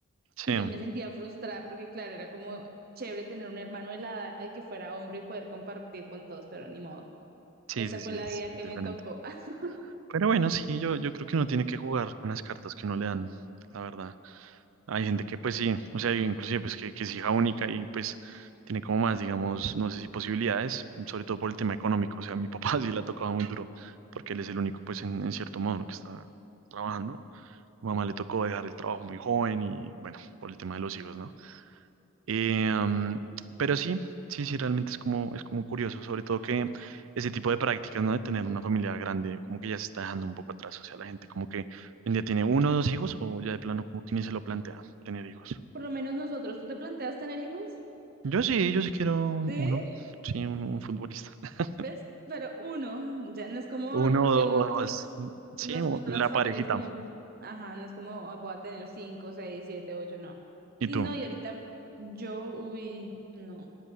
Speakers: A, on the right (about 70°); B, on the right (about 45°).
A: Sí.
B: Y yo me sentía frustrada porque, claro, era como chévere tener un hermano de la edad de que fuera hombre y poder compartir con todos, pero ni modo.
A: Sí,
B: Esa
A: sí,
B: fue
A: sí,
B: la
A: es
B: vida que
A: diferente.
B: me tocó. <laughs>
A: Pero bueno, sí, yo, yo creo que uno tiene que jugar con las cartas que uno le dan, la verdad. Hay gente que pues sí, o sea, inclusive pues que, que es hija única y pues tiene como más, digamos, no sé si posibilidades, sobre todo por el tema económico. O sea, a mi papá <laughs> sí le ha tocado muy duro, porque él es el único pues en, en cierto modo ¿no? que está trabajando. Mi mamá le tocó dejar el trabajo muy joven y bueno, por el tema de los hijos, ¿no? Eh, um, pero sí, sí, sí, realmente es como, es como curioso, sobre todo que ese tipo de prácticas, ¿no? De tener una familia grande, como que ya se está dejando un poco atrás, o sea, la gente como que hoy en día tiene uno o dos hijos o ya de plano como que ni se lo plantea tener hijos.
B: Por lo menos nosotros, ¿tú te planteas tener hijos?
A: Yo sí, yo sí quiero
B: sí
A: uno, sí, un, un futbolista. <laughs>
B: ¿Ves? Pero uno, ya no es como,
A: Uno
B: digamos,
A: o dos,
B: los,
A: sí,
B: no es
A: o-
B: como las
A: la
B: familias
A: parejita.
B: como, ajá, no es como "Ah, voy a tener cinco, seis, siete, ocho, no.
A: ¿Y
B: Y
A: tú?
B: no, y ahorita yo, uy, no, no